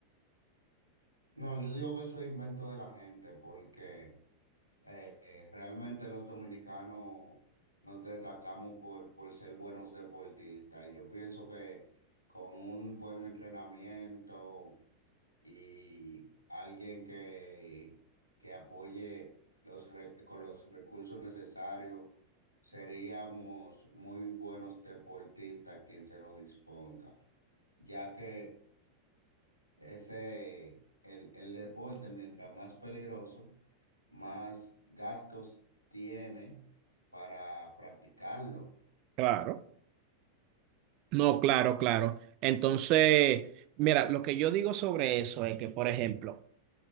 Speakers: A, on the left; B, on the right.
A: No, yo digo que eso es invento de la gente porque eh, eh, realmente los dominicanos nos destacamos por, por ser buenos deportistas y yo pienso que con un buen entrenamiento y alguien que, que apoye los re- con los recursos necesarios. Seríamos muy buenos deportistas quien se lo disponga, ya que ese, el, el deporte, mientras más peligroso, más gastos tiene para practicarlo.
B: Claro. No, claro, claro. Entonces, mira, lo que yo digo sobre eso es que, por ejemplo,